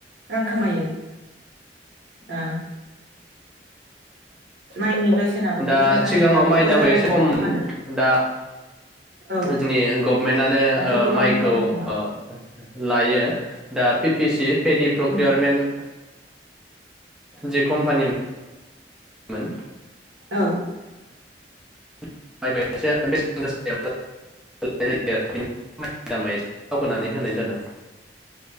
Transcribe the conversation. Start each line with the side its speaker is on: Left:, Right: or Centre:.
Right: रां खामायो। माइनि बेसेनाबो
Centre: दा
Right: बुरजा जाहैबा
Centre: सिगाङाव माइ
Right: बुरजा
Centre: दाम एसे
Right: जानाय
Centre: खममोन
Right: समाव फानो
Centre: दा
Right: औ
Centre: जोंनि गभमेन्टनो
Right: दाथ' गोबाङानो
Centre: माइखौ
Right: जाबाय खोमा
Centre: ओ लायो। दा पिपतिसि पेडि प्रक्रियारमेन्ट
Right: औ
Centre: जि कमपानि मोन।
Right: ओं
Centre: <unintelligible>